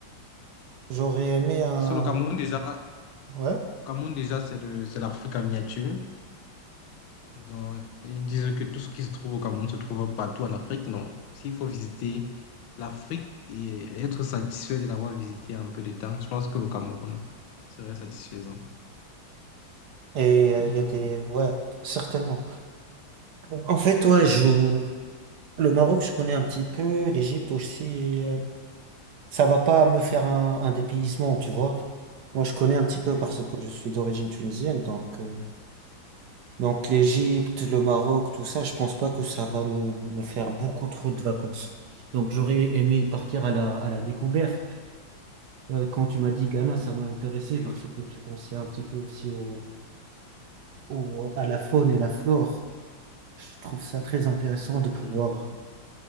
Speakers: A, on the right (about 60°); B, on the left (about 75°).
A: j'aurais aimé un.
B: Parce que le Cameroun, déjà,
A: Ouais.
B: le Cameroun, déjà, c'est de, c'est l'Afrique en miniature. Donc, ils disent que tout ce qui se trouve au Cameroun se trouve partout en Afrique. Non. S'il faut visiter l'Afrique et être satisfait de l'avoir visité en peu de temps, je pense que le Cameroun serait satisfaisant.
A: Et euh,
B: Hmm,
A: il y a des. Ouais, certainement. En fait, ouais, je... le Maroc, je connais un petit peu. L'Égypte aussi. et, euh, ça va pas me faire un, un dépaysement, tu vois. Moi, je connais un petit peu
B: Oui,
A: parce que je suis d'origine tunisienne. Donc. euh, Donc
B: hmm,
A: l'Égypte, le Maroc, tout ça, je pense pas que ça va me, me faire beaucoup trop de vacances. Donc j'aurais aimé partir à la, à la découverte. Euh, quand tu m'as dit Ghana, ça m'a intéressé
B: oui,
A: parce que j'ai pensé un petit peu aussi au, au- à la faune et la flore. Je trouve ça très intéressant de pouvoir
B: hmm,